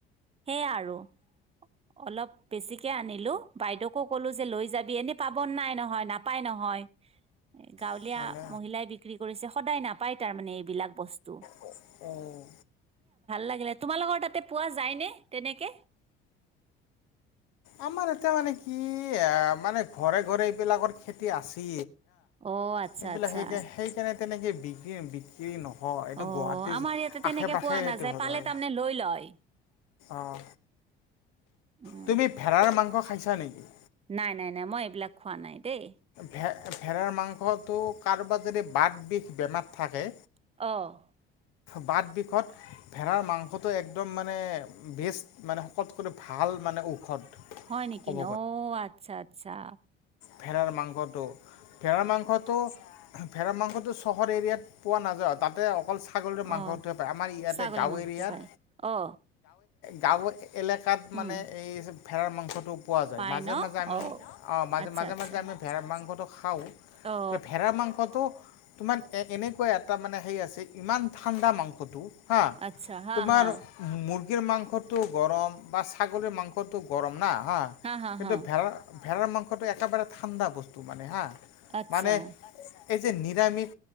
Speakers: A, on the right (about 20°); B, on the left (about 60°).
A: সেয়া আৰু অলপ বেছিকে আনিলো বাইদেউকো কলো যে লৈ যাবি এনে পাব নাই নহয় নাপাই নহয়। গাঁৱলীয়া
B: এইটো ভালে
A: সিবিলাক বিক্ৰী কৰিছে সদায় নাপায় মানে সেই বিলাক বস্তু
B: বস্তু
A: লাগিলে তোমালোকৰ তাতে পোৱা যায় ন তেনেকে।
B: আমাৰ এতিয়া মানে কি মানে ঘৰে, ঘৰে এইবিলাকৰ খেতি আছেে।
A: অ আচ্ছা
B: এইবিলাক
A: আচ্ছা
B: সেই সেইকাৰণে তেনেকে বিক্ৰী বিক্ৰী নহয়। এইটো
A: অ 'আমাৰ
B: গুৱাহাটীৰ
A: ইয়াতে তেনেকে
B: আশে পাশে
A: পোৱা
B: সেইটো
A: নাযায়
B: হয়
A: পালে
B: আৰু
A: তাত মানে লৈ লয়।
B: অঁ
A: উম
B: তুমি ভেৰাৰ মাংস খাইছা নেকি।
A: নাই, নাই, নাই, মই এইবিলাক খোৱা নাই দেই।
B: ভে ভেৰাৰ মাংসটো কাৰোবাৰ যদি বাট বিষ বেমাৰ থাকে
A: অ'
B: বাট বিষত ভেড়াৰ মাংসটো একদম মানে বেষ্ট মানে সকলকৰি ভাল। মানে ঔষধ।
A: হয় নেকি?
B: ক'ব
A: অ' আচ্ছা-আচ্ছা,
B: ভেৰাৰ মাংসটো, ভেৰাৰ মাংসটো ভেৰা মাংসটো চহৰ এৰিয়াত পোৱা নাযাওঁ তাতে। অকল ছাগলীৰ মাংস
A: অ
B: টোহে পায় আমাৰ ইয়াতে
A: ছাগলী
B: গাঁৱ
A: মাংসটো
B: এৰিয়াত
A: পাই অ
B: গাঁৱত এলেকাত মানে
A: উম
B: এই ভেৰাৰ মাংসটো পোৱা যায়
A: পাই
B: মাজে-মাজে
A: ন
B: আমি
A: অ
B: অ' মাজে-মাজে-মাজে
A: আচ্ছা আচ্ছা
B: আমি ভেড়াৰ মাংসটো খাওঁ
A: অ
B: ভেড়া মাংসটো, তোমাৰ এ এনেকুৱা এটা মানে হে আছে ইমান ঠাণ্ডা মাংসটো। হা
A: আচ্ছা হা
B: তোমাৰ
A: হা
B: মোৰ মুৰ্গীৰ মাংসটো গৰম বা ছাগলীৰ মাংসটো গৰম না হা
A: হা
B: কিন্তু
A: হা
B: ভেৰাৰ ভেড়াৰ মাংসটো একেবাৰে ঠাণ্ডা বস্তু মানে হা।
A: আচ্ছা,
B: মানে এই যে নিৰামিষ